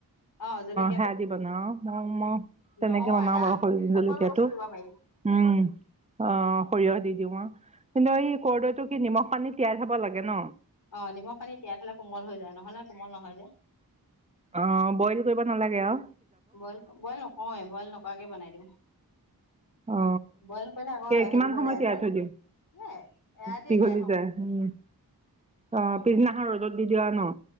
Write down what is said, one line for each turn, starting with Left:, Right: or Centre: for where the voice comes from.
Left: অ জলক
Right: সেয়া দি বনাও। তেনেকে
Left: নহৰু
Right: বনাও
Left: আদা
Right: বাৰু সৰিয়হ
Left: সকলো
Right: জলকীয়াটো।
Left: বস্তু দিব পাৰি
Right: উম অ সৰিয়হ দি দিওঁ আৰু কিন্তু এই কৰৰ্দৈটো কি নিমখ পানীত তিয়াই থব লাগে ন?
Left: অ নিমখ পানীত তিয়াই থলে কোমল হৈ যায়, নহলে কোমল নহয় যে।
Right: অ' বইল কৰিব নালাগে অ।
Left: বইল, বইল নকওঁৱে বইল নকৰাকে বনাই দিওঁ।
Right: অ
Left: বইল কৰিলে আকৌ হেৰি
Right: কিমান
Left: হৈ
Right: সময়ত
Left: যায়
Right: তিয়াই
Left: যে
Right: থৈ দিওঁ।
Left: এ এৰাতিয়ে
Right: পীঘলি
Left: তিয়াই থওঁ
Right: যায় উম'অ
Left: উম
Right: পিছদিনাখন ৰ'দত দি দিও আৰু ন?